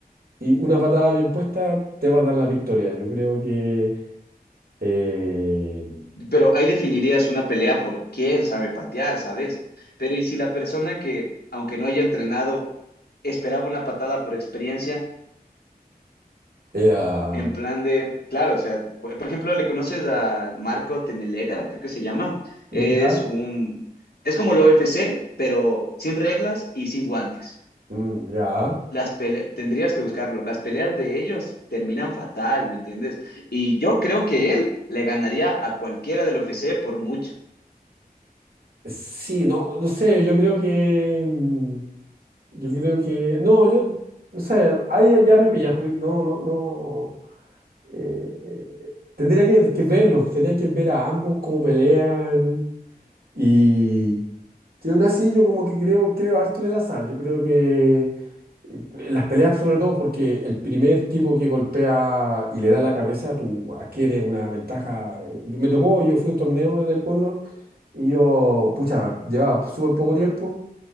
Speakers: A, on the right; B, on the left.
A: y una patada bien puesta te va a dar la victoria. Yo creo que eh,
B: Pero ahí definirías una pelea por quién sabe patear, ¿sabes? Pero ¿y si la persona que, aunque no haya entrenado, esperaba una patada por experiencia,
A: eh, ah,
B: En plan de, claro, o sea, por por ejemplo, le conoces a Marco Tenelega, creo que se llama. Es
A: ya,
B: un, es como el UFC, pero sin reglas y sin guantes.
A: mm, ya.
B: Las pele- tendrías que buscarlo. Las peleas de ellos terminan fatal, ¿me entiendes? Y yo creo que él le ganaría a cualquiera del UFC por mucho.
A: Sí, no, no sé, yo creo que mm, Yo creo que, no, yo, no sé, ahí ya me pillas, porque no, no, no. eh, eh, tendría que, que verlos, tendrían que ver a ambos cómo pelean y que aún así yo como que creo, creo harto en el azar, yo creo que eh, las peleas sobre todo porque el primer tipo que golpea y le da la cabeza, tú adquieres una ventaja, Eh, me tocó, yo fui a un torneo de taekwondo y yo, pucha, llevaba súper poco tiempo